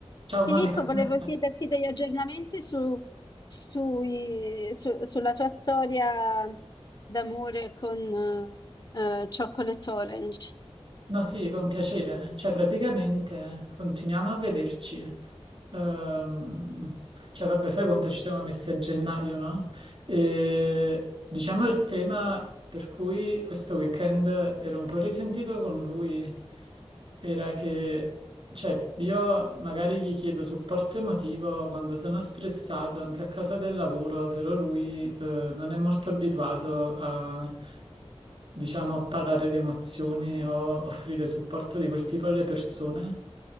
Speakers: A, on the right; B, on the left.
A: Ciao Monica,
B: Filippo,
A: come
B: volevo
A: stai?
B: chiederti degli aggiornamenti su- sui- su- sulla tua storia d'amore con eh, Chocolate Orange,
A: No, sì, con piacere. Cioè, praticamente continuiamo a vederci. Ehm, cioè, vabbè, fai conto ci siamo messi a gennaio, no? E diciamo il tema per cui questo weekend ero un po' risentito con lui era che Cioè, io magari gli chiedo supporto emotivo quando sono stressato anche a causa del lavoro, però lui eh, non è molto abituato a, diciamo, parlare di emozioni o offrire supporto di quel tipo alle persone.